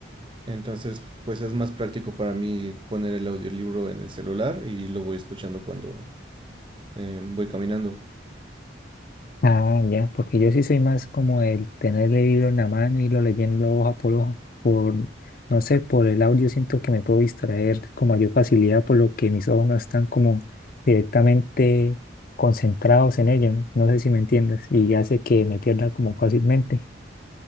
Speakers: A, on the right (about 25°); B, on the left (about 45°).
A: Entonces, pues es más práctico para mí poner el audiolibro en el celular y lo voy escuchando cuando em, voy caminando.
B: Ah, ya, porque yo sí soy más como el tener el libro en la mano y lo leyendo hoja por hoja. Por, no sé, por el audio siento que me puedo distraer con mayor facilidad, por lo que mis ojos no están como directamente concentrados en ello. No, No sé si me entiendes. Y hace que me pierda como fácilmente.